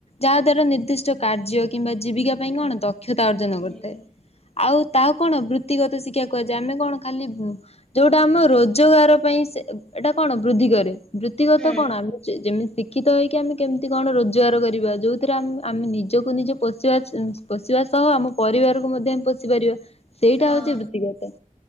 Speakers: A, on the left; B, in the centre.
A: ଯାହା ଦ୍ଵାରା ନିର୍ଦ୍ଦିଷ୍ଟ କାର୍ଯ୍ୟ କିମ୍ବା ଜୀବିକା ପାଇଁ କଣ ଦକ୍ଷତା ଅର୍ଜନ
B: ହୁଁ
A: କରିଥାଏ। ଆଉ ତାହାକୁ କଣ ବୃତ୍ତିଗତ ଶିକ୍ଷା କୁହାଯାଏ ଆମେ କଣ ଖାଲି ବୁ ଯୋଉଟା ଆମ ରୋଜଗାର ପାଇଁ ସେ ଏଇଟା କଣ ବୃଦ୍ଧି କରେ ବୃତ୍ତିଗତ
B: ହୁଁ
A: କଣ ଆମେ ଯେମିତି ଶିକ୍ଷିତ ହେଇକି ଆମେ କେମିତି କଣ ରୋଜଗାର କରିବା ଯୋଉଥିରେ ଆ ଆମେ ନିଜକୁ ନିଜେ ପଶିବା ପୋଶିବା ସହ ଆମ ପରିବାରକୁ ମଧ୍ୟ ଆମେ ପୋଷି ପାରିବା। ସେଇଟା
B: ହଁ।
A: ହଉଛି ବୃତ୍ତିଗତ